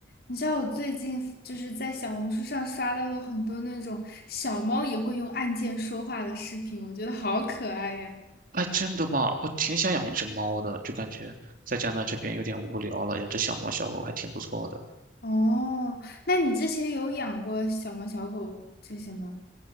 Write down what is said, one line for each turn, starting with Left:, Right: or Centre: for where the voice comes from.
Left: 你知道我最近就是在小红书上刷到了很多那种小猫也会用按键说话的视频，我觉得好可爱呀。
Right: 哎，真的吗？我挺想养一只猫的，就感觉在加拿大这边有点无聊了，养只小猫小狗还挺不错的，
Left: 哦，那你之前有养过小猫、小狗这些吗？